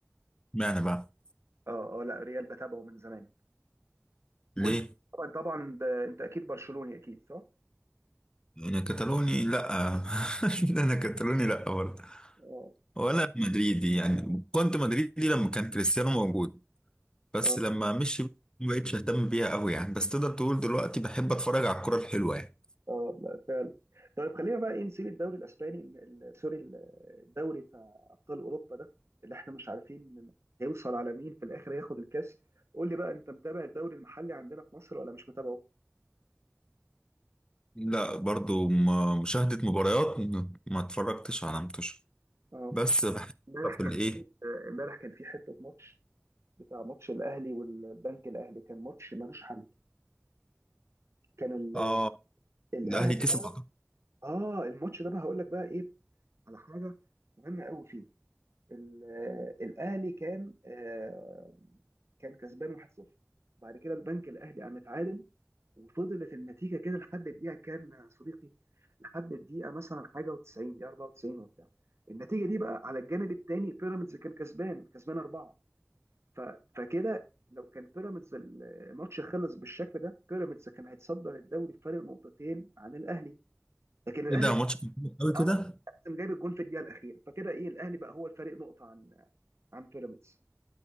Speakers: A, on the left; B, on the right.
A: معنى بقى
B: اه اه لا ريال بتابعه من زمان
A: ليه؟
B: وانت طبعا طبعا ب... انت اكيد برشلوني اكيد صح
A: انا كتالوني لا <laughs> انا كتالوني لا برضه
B: اه
A: ولا مدريدي يعني كنت مدريدي لما كان كريستيانو موجود بس
B: اه
A: لما مشي ما بقتش اهتم بيها قوي يعني بس تقدر تقول دلوقتي بحب اتفرج على الكرة الحلوة يعني
B: اه لا فعلا طيب خلينا بقى ايه نسيب الدوري الاسباني ال- ال- سوري ال- الدوري بتاع ابطال اوروبا ده اللي احنا مش عارفين هيوصل على مين في الاخر هياخد الكاس قول لي بقى انت متابع الدوري المحلي عندنا في مصر ولا مش متابعه؟
A: لا برضه م- مشاهدة مباريات م- ما اتفرجتش على متوش
B: اه
A: بس بحب
B: امبارح
A: في الايه
B: كان في امبارح كان في حته ماتش بتاع ماتش الاهلي والبنك الاهلي كان ماتش ملوش حل كان ال-
A: اه
B: الاهلي
A: الاهلي كسب
B: ده
A: أعتقد.
B: اه الماتش ده بقى هقول لك بقى ايه على حاجه مهمه قوي فيه ال- الاهلي كان آه، كان كسبان 1-0 وبعد كده البنك الاهلي قام اتعادل وفضلت النتيجه كده لحد الدقيقه كام يا صديقي لحد الدقيقه مثلا حاجه و90 دقيقه 94 وبتاع النتيجه دي بقى على الجانب الثاني بيراميدز كان كسبان كسبان اربعه ف... فكده لو كان بيراميدز الماتش خلص بالشكل ده بيراميدز كان هيتصدر الدوري بفارق نقطتين عن الاهلي لكن الاهلي
A: ايه ده ماتش كان حلو قوي
B: اه
A: كده
B: كان جايب الجون في الدقيقه الاخيره فكده ايه الاهلي بقى هو الفارق نقطه عن عن بيراميدز